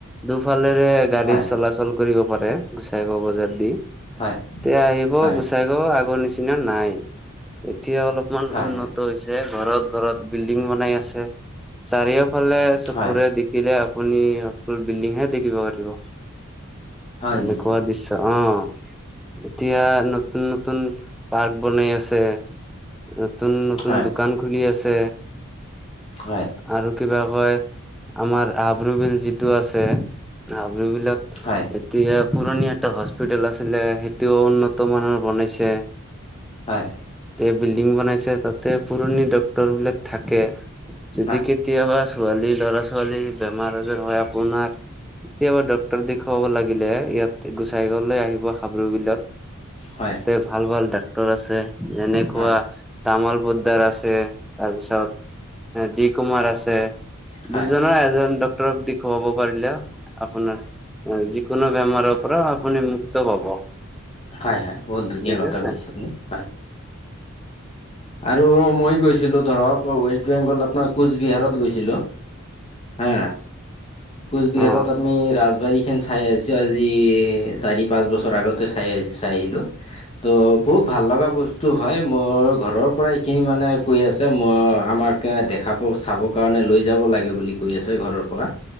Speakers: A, in the centre; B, on the left.
A: দুফালেৰে গাড়ী
B: হয়
A: চলাচল কৰিব পাৰে গুচাই গাওঁ বজাৰ দি। এতিয়া
B: হয়
A: আহিব
B: হয়
A: গুচাই গাওঁ আগৰ নিচিনা নাই। এতিয়া অলপমান
B: হয়
A: উন্নত <unintelligible> ঘৰত-ঘৰত বিল্ডিং বনাই আছে। চাৰিওফালে চকুৰে
B: হয়
A: <unintelligible> আপুনি অকল বিল্ডিং হে দেখিব পাৰিব।
B: হয়
A: এনেকুৱা
B: নেকি
A: দৃশ্য অ'। এতিয়া নতুন-নতুন পাৰ্ক বনাই আছে। নতুন নতুন
B: হয়
A: দোকান খুলি আছে।
B: হয়।
A: আৰু কিবা কয়? আমাৰ হাব্ৰ বিল যিটো আছে, হাব্ৰ বিলত
B: হয়।
A: এতিয়া পুৰণীয়া এটা হস্পিতেল আছিলে সেইটোও উন্নত মানৰ বনাইছে।
B: হয়-হয়।
A: এতিয়া বিল্ডিং বনাইছে তাতে পুৰণি ডক্তৰ বিলাক থাকে। যদি
B: হয়
A: কেতিয়াবা ছোৱালী ল'ৰা ছোৱালী বেমাৰ আজাৰ হয় আপোনাৰ কেতিয়াবা ডক্তৰ দেখুৱাব লাগিলে ইয়াত গোচাই গাৱঁলৈ আহিব হাবৰু বিলত।
B: হয়
A: তাতে ভাল-ভাল ডাক্তৰ আছে, যেনেকুৱা
B: হয়
A: তামল পদদাৰ আছে। তাৰপিছত ডি কুমাৰ আছে।
B: হয়
A: দুজনৰ এজন দি খুৱাব পাৰিলে আপোনাৰ যিকোনো বেমাৰৰ পৰা আপুনি মুক্ত পাব।
B: হয়-হয় বহুত ধুনীয়া
A: ঠিক
B: কথা
A: আছে
B: কৈছে আপুনি, হয়। আৰু মই গৈছিলোঁ ধৰক ৱেষ্ট বেংগল আপোনাৰ কোচবিহাৰত গৈছিলোঁ। হা। কোচবিহাৰত
A: অ
B: আমি ৰাজবাৰী খন চাই আহিছোঁ আজি চাৰি পাঁচ বছৰ আগতে চাই আহিছোঁ। চাই আহিলোঁ, ত বহুত ভাল লগা বস্তু হয় মোৰ ঘৰৰ পৰা এইখিনি মানে কৈ আছে মই আমাক এ দেখাব চাব কাৰণে লৈ যাব লাগে বুলি কৈ আছে ঘৰৰ পৰা।